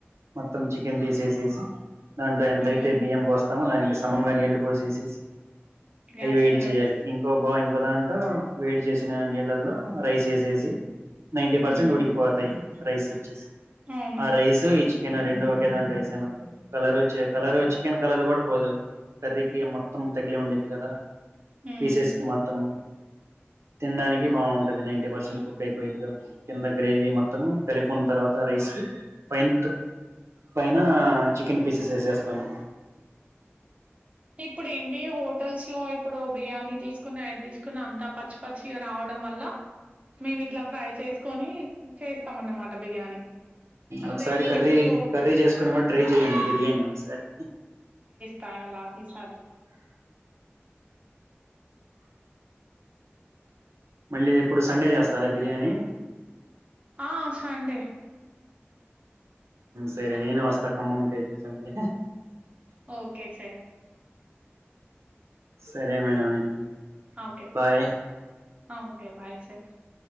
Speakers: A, on the right; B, on the right.
A: మొత్తం చికెన్ తీసేసేసి దాంతో ఎంతయితే
B: హ్మ్.
A: బియ్యం పోస్తంది. దానికి సమంగా నీళ్లు పోసేసి
B: గ్యాస్
A: అవి వేడి
B: మీద
A: చేయాలి
B: పెట్టేస్తే.
A: ఇంకో బాయ్ ఒక దాంట్లో వేడి చేసిన నీళ్ళల్లో రైస్ వేసేసి, నైన్టీ
B: హ్మ్.
A: పర్సెంట్ ఉడికిపోతాయి. రైస్ వచ్చేసి
B: అవును.
A: ఆ రైస్ చికెన్ రెండు ఒకేదాంటో వేసా మనుకో, కలరు కలరు చికెన్ కలర్ కూడా పోదు. కర్రీకి మొత్తం తగిలి ఉండేది కదా.
B: హ్మ్.
A: పీసెస్
B: హ్మ్.
A: కి మొత్తము తినడానికి బాగుంటది. నైన్టీ పర్సెంట్ కుక్ అయిపోయది, కాబట్టి కింద గ్రేవీ మొత్తం కలుపుకున్న తర్వాత రైస్ కి పైన పైన చికెన్ పీసెస్ వేసేస్తాను.
B: ఇప్పుడు ఏంటి హోటల్స్ లో ఇప్పుడు బిర్యానీ తీసుకున్న ఏది తీసుకున్న అంతా పచ్చి పచ్చిగా రావడం వల్ల. మేము ఇట్లా ఫ్రై చేసుకోని చేస్తామన్నమాట బిర్యానీ. అంటే
A: ఒకసారి
B: మేమెప్పుడూ
A: కర్రీ కర్రీ చేసుకున్న వాల్లు
B: ఆ!
A: ట్రై చేయండి బిర్యానీ ఒకసారి.
B: కాగల ఈ సారి
A: మళ్ళీ ఎప్పుడు సండే చేస్తారా బిర్యానీ.
B: ఆ సండే
A: సరే నేను వస్తా ఖమ్మం కి అయితే సండే
B: ఓకే సార్
A: సరే మేడం అయితే
B: okay
A: bye
B: okay okay bye sir